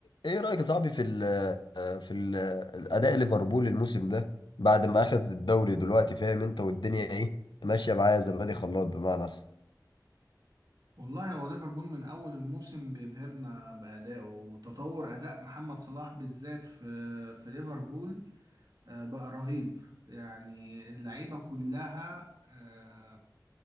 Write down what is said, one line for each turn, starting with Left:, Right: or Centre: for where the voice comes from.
Left: ايه رأيك يا صاحبي في ال في ال الأداء ليفربول الموسم ده بعد ما أخذ الدوري دلوقتي فاهم انت والدنيا ايه ماشية معاه زبادي خلاط بمعنى صح
Right: والله هو ليفربول من اول الموسم بيبهرنا بادائه وتطور اداء محمد صلاح بالذات في في ليفربول آه، بقى رهيب يعني اللعيبه كلها آه،